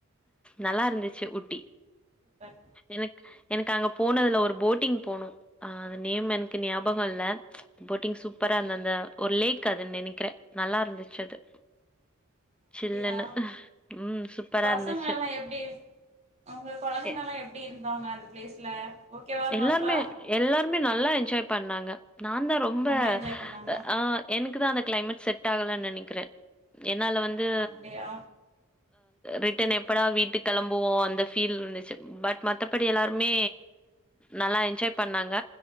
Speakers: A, in the centre; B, on the right (about 30°).
A: நல்லா இருந்துச்சு ஊட்டி
B: சுப்பர்
A: எனக்கு எனக்கு அங்க போனதுல ஒரு போட்டிங் போணம் அங் அது நேம் எனக்கு ஞாபகம் இல்ல போட்டிங் சூப்பரா இருந்த அந்த ஒரு லேக் அதுன்னு நினைக்கிறன் நல்லா இருந்துச்சு அது
B: அப்டியா
A: சில்லுன்னு ம் சூப்பரா
B: பசங்க
A: இருந்துச்சு.
B: எல்லாம் எப்டி அவங்க கொழந்தங்கல்லாம்
A: எ
B: எப்டி இருந்தாங்க அந்த பிளேஸ்ல ஓகேவா இருந்தாங்களா
A: எல்லாருமே எல்லாருமே நல்லா என்ஜாய் பண்ணாங்க நான்தான் ரொம் ரொம்ப
B: நல்லா என்ஜாய் பண்ணாங்களா
A: ஆ எனக்கு தான் அந்த கிளைமேட் செட் ஆகலனு நினைக்கிறன் என்னால வந்து
B: அப்டியா
A: ரிட்டர்ன் எப்படா வீட்டு கிளம்புவோம் அந்த ஃபீல் இருந்துச்சு பட் மத்தபடி எல்லாரும் மே நல்லா என்ஜாய் பண்ணாங்க